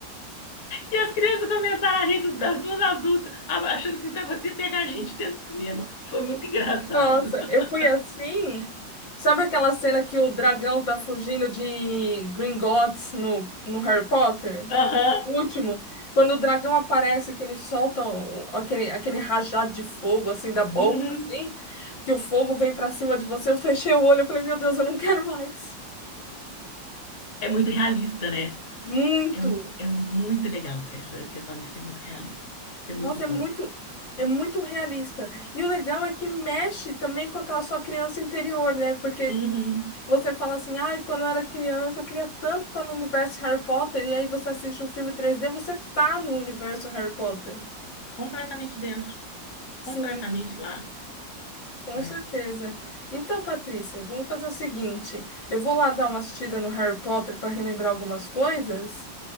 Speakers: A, on the left; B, on the left.
A: E as crianças começaram a rir das duas adultas, achando que o negócio ia pegar a gente dentro do cinema. Foi muito engraçado.
B: Nossa,
A: <laughs>
B: eu fui assim. Sabe aquela cena que o dragão tá fugindo de Gringotts no, no Harry Potter?
A: Aham,
B: O último, quando o dragão aparece, que eles soltam aquele, aquele rajado de fogo, assim, da boca,
A: uhum.
B: assim, que o fogo vem pra cima de você, eu fechei o olho, eu falei, meu Deus, eu não quero mais.
A: É muito realista, né?
B: Muito.
A: É, é muito legal essa questão de ser muito realista, ser muito
B: Nossa, é
A: bom.
B: muito, é muito realista. E o legal é que mexe também com aquela sua criança interior, né? Porque
A: Uhum.
B: você fala assim, ai, quando eu era criança, eu queria tanto estar no universo Harry Potter, e aí você assiste um filme três d você tá no universo Harry Potter.
A: Completamente dentro,
B: Sim.
A: completamente lá,
B: Com
A: né?
B: certeza. Então, Patrícia, vamos fazer o seguinte: eu vou lá dar uma assistida no Harry Potter para relembrar algumas coisas